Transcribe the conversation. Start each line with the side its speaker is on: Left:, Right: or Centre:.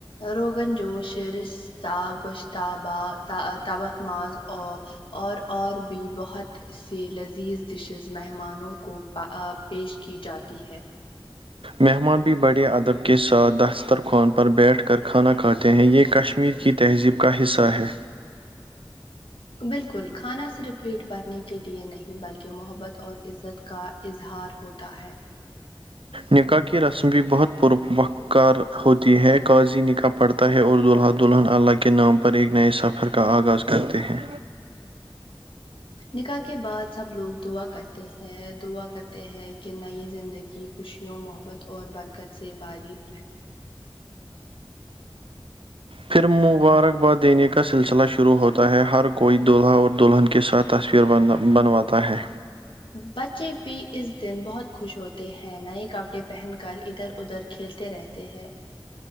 Left: روغن جوش رشتہ گوشتبہ تبخ ماز اور اور اور بھی بہت ایسی لذیذ ڈشز مہمانوں کو ا ا پیش کی جاتی ہے
Right: مہمان بھی بڑے ادب کے ساتھ داستتر خوان پر بیٹھ کر کھانا کھاتے ہیں یہ کش میر کی تہذیب کا حصہ ہے
Left: بالکل کھانا صرف پیٹ بھرنے کے لیے نہیں بلکہ محبت اور عزت کا اظہار ہوتا ہے
Right: نکاح کی رسم بھی بہت پر وقار ہوتی ہے قاضی نکاح پڑتا ہے اور دلہا دلہن اللہ کے نام پر ایک نئے سفر کا آغاز کرتے ہیں
Left: نکاح کے بعد سب لوگ دعا کرتے ہیں دعا کرتے ہیں کہ نئی زندگی کی خوشیوں محبت اور برکت سے بھری رہے
Right: پھر مبارکباد دینے کا سلسلہ شروع ہوتا ہے ہر کوئی دولہا اور دلہن کے ساتھ تصویر بن بنواتا ہے
Left: بچے بھی اس دن بہت خوش ہوتے ہیں نئے کپڑے پہن کر ادھر ادھر کھیلتے رہتے ہیں